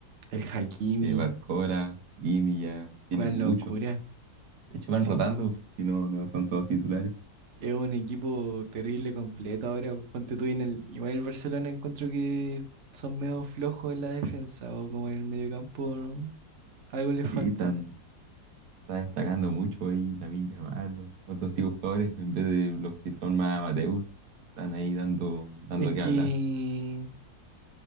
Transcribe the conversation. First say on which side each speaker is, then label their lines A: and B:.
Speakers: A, on the right; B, on the right.
A: El Hakimi,
B: eh, Barcola, Hakimi ya tienen
A: Juan Locura,
B: mucho. De hecho van
A: sí.
B: rotando, si no, no son todos titulares.
A: Es un equipo terrible completo ahora. pues, Ponte tú en el. Igual el Barcelona encuentro que son medio flojos en la defensa o como en el mediocampo, ¿no? Algo les falta.
B: Sí, están, está destacando mucho ahí Lamine Yamal, o- otros tipos de jugadores, en vez de los que son más amateurs, están ahí dando, dando
A: Es que
B: que hablar.